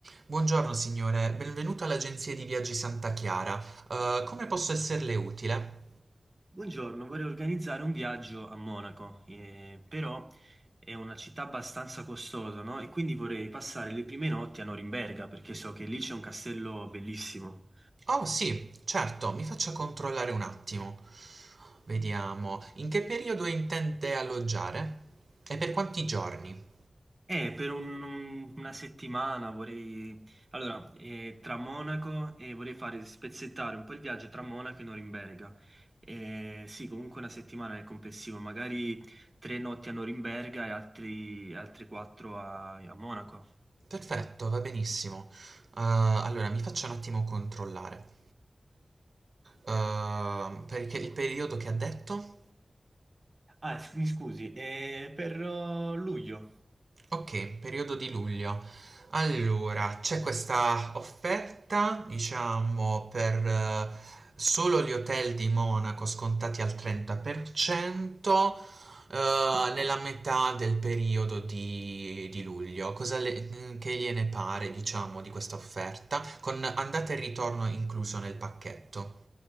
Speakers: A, on the right; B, on the right.
A: Buongiorno signore, benvenuto all'agenzia di viaggi Santa Chiara. Eh, come posso esserle utile?
B: Buongiorno, vorrei organizzare un viaggio a Monaco, eh, però è una città abbastanza costosa, no? E quindi vorrei passare le prime notti a Norimberga, perché so che lì c'è un castello bellissimo.
A: Oh sì, certo, mi faccia controllare un attimo. Vediamo, in che periodo intende alloggiare? E per quanti giorni?
B: E per un- un- una settimana vorrei... Allora, eh, tra Monaco e vorrei fare spezzettare un po' il viaggio tra Monaco e Norimberga. Eh, sì, comunque una settimana nel complessivo, magari tre notti a Norimberga e altri, altre quattro a a Monaco.
A: Perfetto, va benissimo. Eh, allora, mi faccia un attimo controllare. Eh, perché il periodo che ha detto?
B: Ah, s- mi scusi, è per eh, luglio
A: Ok, periodo di luglio. Allora, c'è questa offerta, diciamo, per eh, solo gli hotel di Monaco scontati al 30%, eh, nella metà del periodo di, di luglio. Cosa le- mm, che gliene pare, diciamo, di questa offerta, con andata e ritorno incluso nel pacchetto?